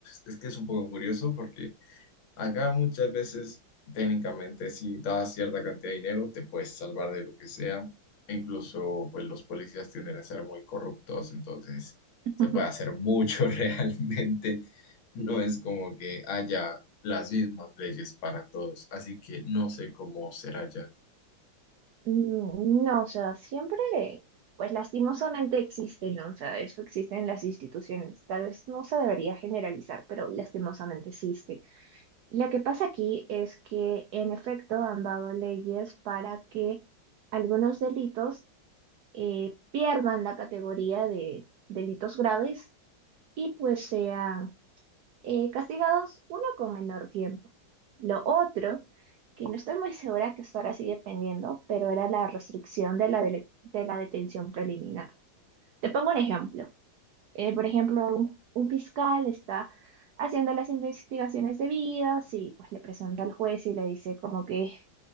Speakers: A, on the left (about 85°); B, on the right (about 80°).
A: es que es un poco curioso porque... Acá muchas veces, técnicamente, si das cierta cantidad de dinero, te puedes salvar de lo que sea. E Incluso, pues los policías tienden a ser muy corruptos, entonces
B: <laughs>
A: se puede hacer mucho <laughs> realmente. No es como que haya las mismas leyes para todos, así que no sé cómo será ya.
B: Mm, No, o sea, siempre, pues lastimosamente existen, ¿no? O sea, eso existe en las instituciones. Tal vez no se debería generalizar, pero lastimosamente existe. Lo que pasa aquí es que en efecto han dado leyes para que algunos delitos eh, pierdan la categoría de delitos graves y pues sean eh, castigados uno con menor tiempo. Lo otro, que no estoy muy segura que hasta ahora sigue pendiendo, pero era la restricción de la, dele- de la detención preliminar. Te pongo un ejemplo eh, por ejemplo, un, un fiscal está haciendo las investigaciones debidas y pues le presenta al juez y le dice como que